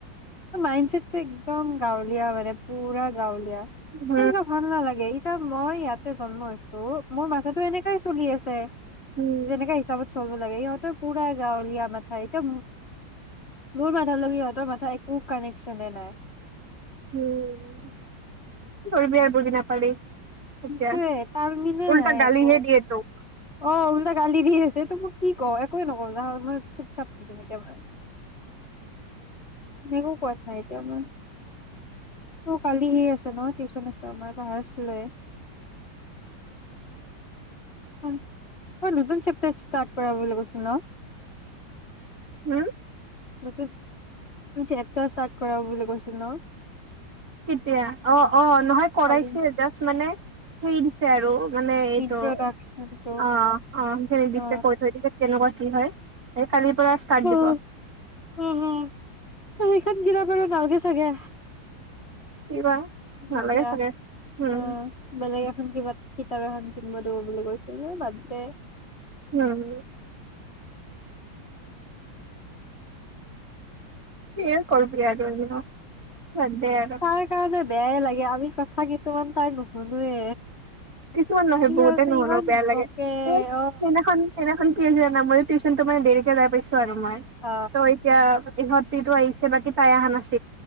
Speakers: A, on the left (about 30°); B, on the right (about 45°).
A: মাইণ্ড ছেটটো একদম গাঁৱলীয়া মানে পুৰা গাঁৱলীয়া।
B: উম
A: তেনেকুৱা ভাল নালাগে। এয়া মই ইয়াতে জন্ম হৈছো। মোৰ মানুহটো এনেকাই চলি আছে
B: উম
A: যেনেকাে হিচাপত চলো। লে ইহঁতৰ পুৰা গাঁৱলীয়া মাথা এতিয়া মোৰ মাথাল লগে ইহঁতৰ মাথা এক কানেকচনে নাই।
B: উম। কৰিবি আৰু বুজি নাপালি।
A: সেটোয়ে
B: এতিয়া
A: তালমিনা
B: উল্টা
A: নাই
B: গালিহে
A: একো
B: দিয়ে তোক
A: অ'। টা গালি দি আছে তটো মোক কি কও একোৱে নকব জাহ মই চুপ চাপ থাকিম এতিয়া ম এনে একো কথা নাই এতিয়া আমাৰ ত' কালি সে আছে ন' টিউচন আছে মই পাহাৰ চুলে। অ', নতুন চেপ্তাৰ ষ্টাৰ্ট কৰা বুলি কৈছোন ন'।
B: হম।
A: নতুন চেপটাৰ ষ্টাৰ্ট কৰা বুলি কৈছিলো ন'।
B: কেতিয়া অ', অ', নহয় কৰাইছে
A: কালি
B: জাষ্ট মানে। সেই দিছে আৰু মানে এইটো
A: ইন্ট্ৰডাকচনটো
B: অ', অ', সেইখিনিক দিছে
A: অ
B: কৈ থৈ দিছে কেনেকুৱা। কি হয় এই কালিৰ পৰা ষ্টাৰ্ট
A: উম,
B: দিব
A: উম, উম। তাত গিল পাৰৰ তালগে চাগে
B: কি বা নালাগে
A: এতিয়া
B: চাগে উম
A: অ', বেলেগ এখন কিবা কিতাপ এখন কিনিব দিব বুলি কৈছিলো বাদ্দে।
B: উম। <unintelligible> বাদ দে আৰু আৰু।
A: তাৰ কাৰণে বেয়াই লাগে আমি কথা কিছুমান তাৰ নুশুনোৱে।
B: কিছুমান নহয়
A: কি
B: বহুতে
A: আছে
B: নহ'লে
A: ইমান
B: বেয়া
A: বকে
B: লাগে এই
A: অ
B: সেইদিনাখন সেইদিনাখন কি হৈছে ন মই টিউচনটো মানে দেৰিকে যাই পাইছোঁ। আৰু মই
A: অ
B: ত' এতিয়া ইহঁত তো আহিছে বাকী পাই অহা নাছে